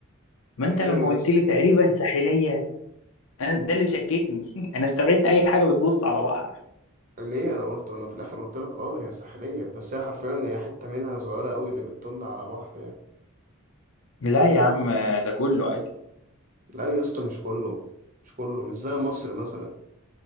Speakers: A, on the left; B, on the right.
A: ما
B: في
A: أنت
B: إيه
A: لما
B: يا
A: قلت
B: اسطى
A: لي تقريبا ساحلية أنا- ده اللي شككني <laughs> أنا استبعدت أي حاجة بتبص على بحر
B: ليه أنا قلت وأنا في الآخر قلت لك أه هي ساحلية بس هي حرفيا هي حتة منها صغيرة أوي اللي بتطل على بحر يعني
A: لا يا عم ده كله عادي
B: لا يا اسطى مش كله مش كله مش زي مصر مثلا